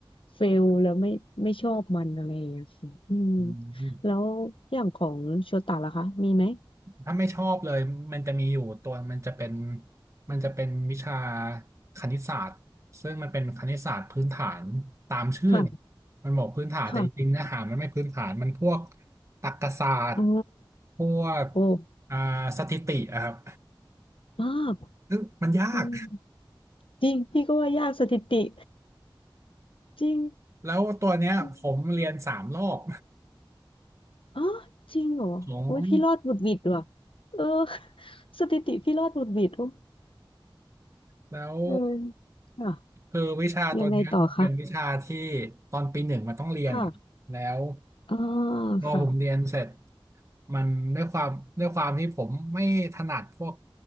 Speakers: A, on the left; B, on the right.
A: เฟลแล้วไม่ไม่ชอบมันอะไรอย่างเงี้ยค่ะอืม
B: อืม
A: แล้วอย่างของโชตะล่ะคะมีไหม
B: ถ้าไม่ชอบเลยมันจะมีอยู่ตัวมันจะเป็นมันจะเป็นวิชาคณิตศาสตร์ซึ่งมันเป็นคณิตศาสตร์พื้นฐานตามชื่อเนี่ย
A: ค่ะ
B: มันบอกพื้นฐานแต่จริงๆเนื้อหามันไม่พื้นฐานมันพวก
A: ค่ะ
B: ตรรกศาสตร์
A: อ๋อ
B: พวก
A: โอ้
B: อ่าสถิติอะครับ
A: มาก
B: ซึ่งมันยาก
A: อืมจริงพี่ก็ว่ายากสถิติจริง
B: แล้วตัวเนี้ยผมเรียนสามรอบ
A: อมอ๋อจริงเหรอโอ้ยพี่รอดหวุดหวิดว่ะ
B: ของ
A: เออสถิติพี่รอดหวุดหวิดโอ้
B: แล้ว
A: เออค่ะ
B: คือวิชาตัวเนี้ยมันเป็นวิชาที่
A: ยังไงต่อคะ
B: ตอนปีหนึ่งมันต้องเรียนอะแล้ว
A: ค่ะอ่า
B: พอผมเรียนเสร็จ
A: ค่ะ
B: มันด้วยความด้วยความที่ผมไม่ถนัดพวก